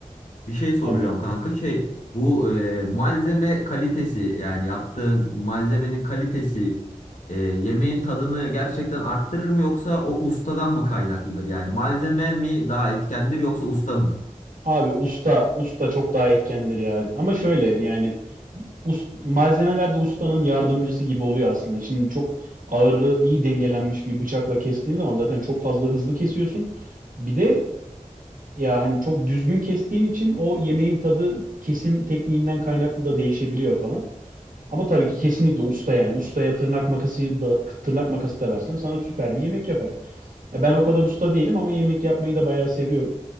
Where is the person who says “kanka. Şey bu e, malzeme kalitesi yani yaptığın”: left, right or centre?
Left